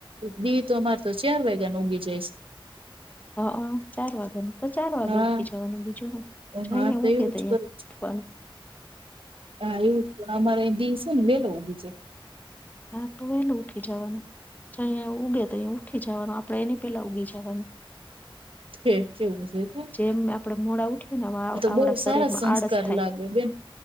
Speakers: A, on the right; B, on the left.
A: દી તો અમારે તો ચાર વાગ્યાને ઊગી જાઈશે
B: હ ચાર વાગે ન તો ચાર વાગે
A: હા
B: ઉઠી જવાનું બીજું હું જઈએ
A: હા તો
B: ઉગે
A: એવું
B: તઈ
A: જ કરું
B: એ પન
A: હા એવું જ પણ અમારે દિ છે ને વેલો ઊગી જાય
B: હા તો વેલું ઉઠી જવાનું જ અહીંયા ઉગે તો અહીં ઉઠી જવાનું આપણેે એની પેલા ઊગી જવાનું
A: ઠેક કેવું જે
B: જેમ આપણેે મોડા ઉઠીએ ને આ આવણા
A: બહુ
B: શરીરમાં
A: સારા સંસ્કાર
B: આળસ થાય
A: લાગે બેન